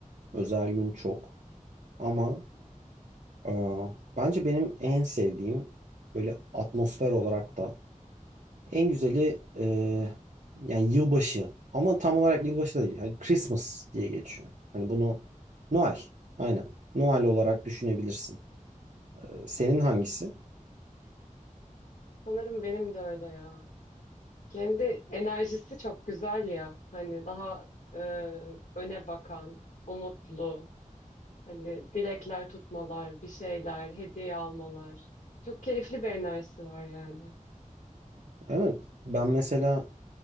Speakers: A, on the right; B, on the left.
A: özel gün çok ama e, bence benim en sevdiğim böyle atmosfer olarak da en güzeli e, yani yılbaşı ama tam olarak yılbaşı da değil. Hani Christmas diye geçiyor. Hani bunu Noel aynen Noel olarak düşünebilirsin. E, senin hangisi?
B: Sanırım benim de öyle ya. Kendi enerjisi çok güzel ya. Hani daha e, öne bakan, umutlu. Hani dilekler tutmalar, bir şeyler, hediye almalar. Çok keyifli bir enerjisi var yani.
A: Evet ben mesela